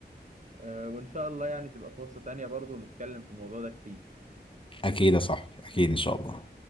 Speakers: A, on the right; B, on the left.
A: آه، وان شاء الله يعني تبقى فرصة تانية برضو نتكلم في الموضوع ده كتير
B: اكيد يا صاحبي اكيد ان شاء الله